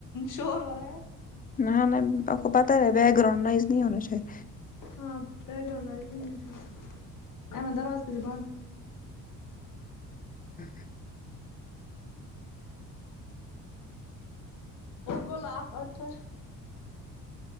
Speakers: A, on the left; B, on the left.
A: شور ہو رہا ہے
B: نہیں نہیں آپ کو پتہ ہے بیک گراؤنڈ وائز نہیں ہونا چاہیے
A: ہاں بیک گراؤنڈ <unintelligible> درواز کے بانند
B: ا ہاں
A: اور بولو آپ اطہر